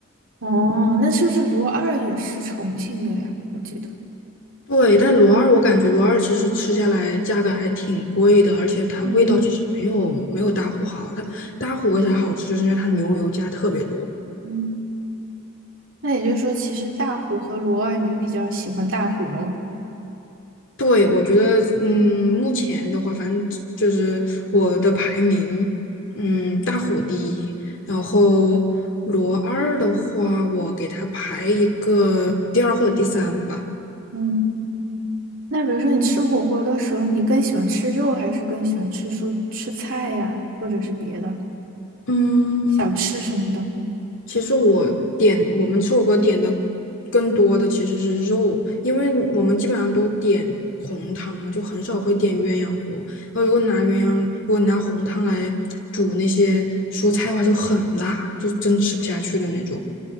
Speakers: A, on the right; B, on the left.
A: 哦，那是不是罗二也是重庆的呀？我记得，
B: 对，但罗二我感觉罗二其实吃下来价格还挺贵的，而且它味道其实没有没有大虎好。
A: 嗯。
B: 它大虎为啥好吃，就是因为它牛油加特别多。
A: 嗯。那也就是说，其实大虎和罗二你比较喜欢大虎喽。
B: 对，我觉得，嗯，目前的话，反正就是我的排名，嗯，大虎第一，然后罗二的话，我给它排一个第二或者第三吧。
A: 嗯，那比如说你吃火锅的时候，你更喜欢吃肉，还是更喜欢吃蔬吃菜呀，或者是别的
B: 嗯，
A: 小吃什么的？
B: 其实我点我们吃火锅点的更多的其实是肉，因为我们基本上都点红汤嘛，就很少会点鸳鸯锅。然后如果拿鸳鸯，如果拿红汤来煮那些蔬菜的话，就很辣，就真吃不下去的那种。